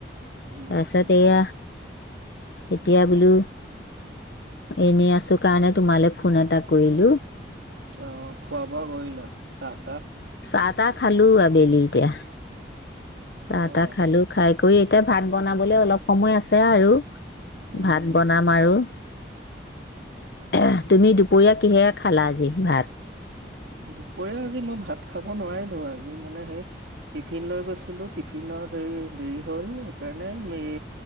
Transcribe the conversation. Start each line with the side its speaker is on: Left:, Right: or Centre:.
Right: হুম
Left: তাৰপিছত এয়া এতিয়া বোলো এনে আছো‌ কাৰণে তোমাৰে ফোন এটা কৰিলো
Right: অ খোৱা বোৱা কৰিলা চাহ তাহ
Left: চাহ তাহ খালো আবেলি এতিয়া চাহ
Right: অ',
Left: তাহ খালোঁ খাই কৰি এতিয়া ভাত বনাবলৈ অলপ সময় আছে আৰু
Right: উম,
Left: ভাত বনাম আৰু অহ অহ তুমি দুপৰীয়া কিহেৰে খালা আজি ভাত
Right: দুপৰীয়া আজি মই ভাত খাব নোৱাৰিলো আজি মানে হেই টিফিনলৈ গৈছিলো টিফিনত এই দেৰি হল হেকাৰণে মে